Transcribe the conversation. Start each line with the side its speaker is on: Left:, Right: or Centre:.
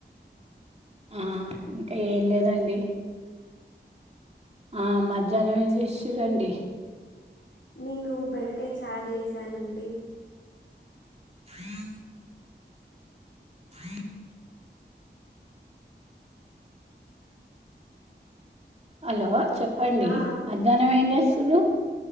Right: ఆహా ఇంకా ఏం లేదండి ఆ మధ్యాహ్నం ఏం చేశింరండి.
Left: నేను బెండకాయ చ చార్ చేసానండి.
Right: హను ఫ హలో చెప్పండి
Left: ఆ!
Right: మధ్యాహ్నం ఏంచేస్తుర్రు.